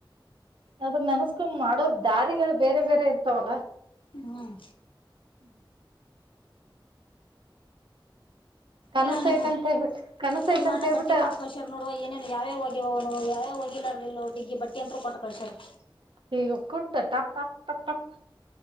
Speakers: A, on the right (about 70°); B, on the left (about 80°).
A: ಅದ ನೆನ್ಸ್ಕೊಂಡ್ ಮಾಡೋ ದಾರಿಗಳು ಬೇರೆ ಬೇರೆ ಇರ್ತಾವಲ್ಲ
B: ಹ್ಮ್
A: ಹ್ಮ್ ಕನಸ
B: ಏನೋ ನಿಮ್ಮ
A: ಐತಂತ ಹೇಳ್ಬಿಟ್ಟು ಕನಸ
B: ನಿಮ್
A: ಐತಂತ
B: ಅಣ್ಣ
A: ಹೇಳ್ಬಿಟ್ಟ
B: ಬಟ್ಟೆ ಕೊಟ್ಟಕ ಹಷಾರ ನೋಡುವ ಏನೇನು ಯಾವ್ಯ ಹೋಗ್ಯವನು ಯಾವ್ಯ <unintelligible> ಡಿಗ್ಗಿ ಬಟ್ಟಿ ಅಂತರು ಕೊಟ್ಟ ಕೊಂಡಸರ್
A: <unintelligible>